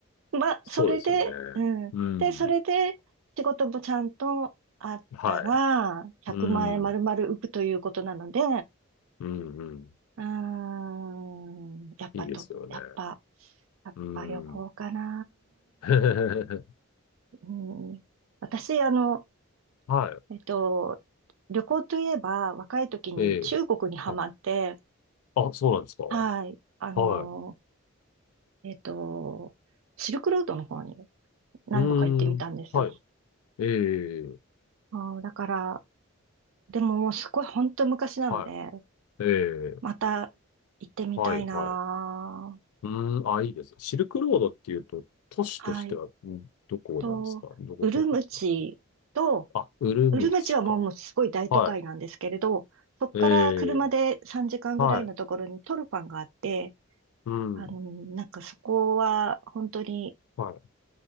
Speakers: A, on the right; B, on the left.
A: ん。まあ、
B: そうですよね。
A: それで、うん。
B: うん。
A: で、それで、仕事もちゃんとあったら、
B: はい。
A: 100万円丸々浮くということなので、
B: うん。うん。うん。
A: うーん。やっぱと、
B: いいですよね。
A: やっぱ、やっぱ旅行かな。
B: うん。<laughs>
A: うん。私、あの、
B: は
A: えっと、旅行といえば、若い時に中国にハマって、
B: い。ええ。あ、あ、そうなんですか。
A: はい。あの、
B: はい
A: えっと、シルクロードの方に何度か行ってみたんですよ。
B: うーん。はい。ええ、
A: あーだから、でももうすごい本当昔なので、
B: はい。ええ、
A: また行ってみたいなー。
B: はい、はい。うーん。あ、いいです。シルクロードっていうと、都市としては、
A: はい。
B: んどこなんですかどこから来るんですか
A: と、ウルムチと、
B: あ、ウルムチか。
A: ウルムチはもうもうすごい大都会なんですけれど、
B: は
A: そこから車で3時間ぐらいのところにトルファンがあって、
B: い。ええ、はい。うん。
A: あの、なんかそこは本当に
B: はい。